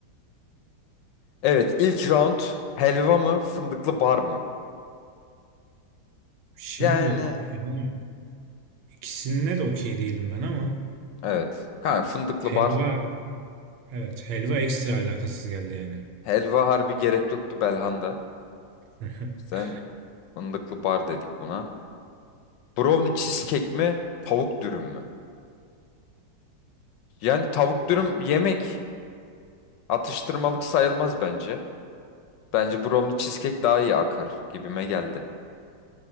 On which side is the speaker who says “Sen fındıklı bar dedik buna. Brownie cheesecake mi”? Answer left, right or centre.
Left